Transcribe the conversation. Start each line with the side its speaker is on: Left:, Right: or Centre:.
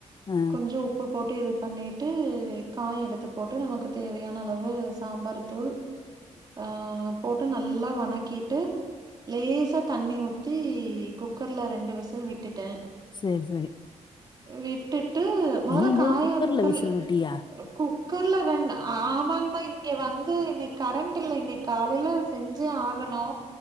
Left: ஆ
Right: கொஞ்சோ உப்பு போட்டு இது பண்ணிட்டு காய எடுத்து போட்டு நமக்கு தேவையான அளவு சாம்பார் தூள் ஆ போட்டு நல்லா வணக்கிட்டு லேசா தண்ணி ஊத்தி குக்கர்ல ரெண்டு விசல் விட்டுட்டே
Left: சேரி செரி
Right: விட்டுட்டு மொத
Left: ஐயையோ
Right: காய குக்கர்ல
Left: விசில் விட்டியா
Right: குக் குக்கர்ல ரெண் ஆமாங்கமா இங்க வந்து இன்னக்கி கரண்ட் இல்ல இன்னக்கி காலேல செஞ்சே ஆகணு